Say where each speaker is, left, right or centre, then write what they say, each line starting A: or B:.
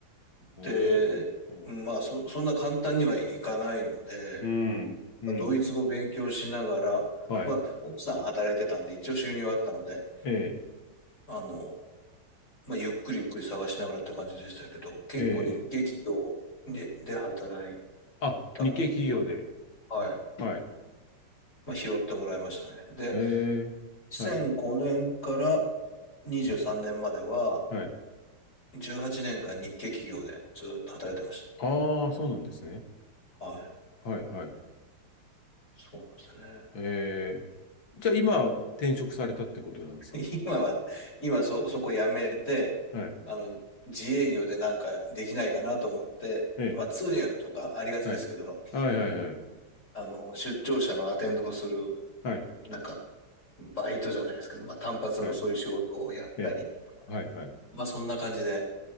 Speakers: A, on the left; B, on the left.
A: えー、
B: で、
A: うん、
B: うんまあそ、そんな簡単にはいかないので、
A: うん、うん。
B: まあドイツ語勉強しながら、
A: はい。
B: まあ、奥さん働いてたんで、一応収入はあったので、
A: ええ、
B: あの、まあ、ゆっくりゆっくり探しながらって感じでしたけど、結構日系企業で、
A: ええ、
B: で働い
A: あ、
B: たことが、
A: 日系企業で。
B: はい、
A: はい。
B: まあ、拾ってもらいましたね。で、
A: え
B: 2005年から
A: え、はい、
B: 23年までは、
A: はい。
B: 18年間日系企業でずっと働いてまし
A: ああ、そうなんですね。
B: た。はい、
A: はい、はい。
B: そうなんですね。
A: ええ、じゃあ今、転職されたってことなんですか
B: <laughs> 今は、今そ、そこやめて、
A: はい。
B: あの、自営業でなんかできないかなと思って、
A: ええ、
B: まあ通訳とかありがちですけど、
A: はい。はい、はい、はい。
B: あの、出張者のアテンドをする、
A: はい、
B: なんか、バイトじゃないですけど、まあ単発のそういう仕事をやったり、
A: はい。ええ、はい、はい。
B: まあそんな感じで、